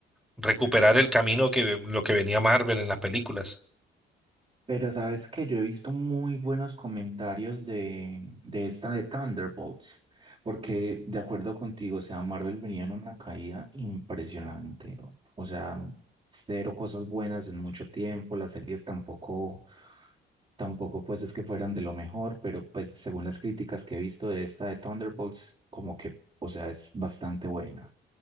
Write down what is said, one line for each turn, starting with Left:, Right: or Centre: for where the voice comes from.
Centre: recuperar el camino que lo que venía Marvel en las películas.
Right: Pero sabes que yo he visto muy buenos comentarios de, de esta de Thunderbolts, porque de acuerdo contigo, o sea, Marvel venía en una caída impresionante, o o sea, cero cosas buenas en mucho tiempo, las series tampoco, tampoco pues es que fueran de lo mejor, pero pues según las críticas que he visto de esta de Thunderbolts, como que, o sea, es bastante buena.